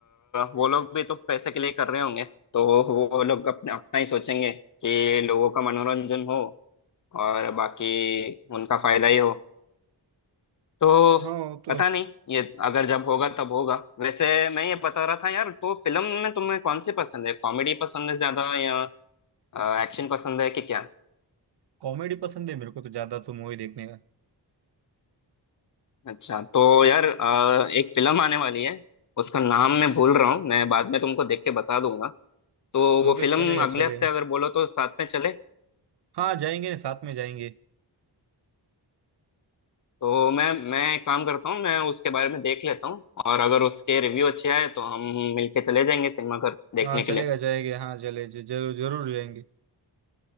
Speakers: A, on the left; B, on the right.
A: वो लोग भी तो पैसे के लिए कर रहे होंगे तो वो लोग अपने अपना ही सोचेंगे कि लोगों का मनोरंजन हो और बाकी उनका फायदा ही हो तो
B: हाँ वो तो
A: पता नहीं ये अगर जब होगा तब होगा वैसे मैं ये बता रहा था यार तो फिल्म में तुम्हें कौन सी पसंद है कॉमेडी पसंद है ज्यादा या एक्शन पसंद है कि क्या
B: कॉमेडी पसंद है मेरे को तो ज्यादा तो मूवी देखने का
A: अच्छा तो यार अ, एक फिल्म आने वाली है उसका नाम मैं भूल रहा हूँ मैं बाद में तुमको देख के बता दूंगा तो वो
B: ओके
A: फिल्म
B: चलेगा
A: अगले
B: चलेगा
A: हफ्ते अगर बोलो तो साथ में चले
B: हाँ जाएंगे साथ में जाएंगे
A: तो मैं मैं एक काम करता हूँ मैं उसके बारे में देख लेता हूँ और अगर उसके रिव्यू अच्छे आए तो हम मिलके चले जाएंगे सिनेमा घर देखने
B: हाँ चलेगा
A: के लिए
B: जाएंगे हाँ चले ज- जरूर जरूर जाएंगे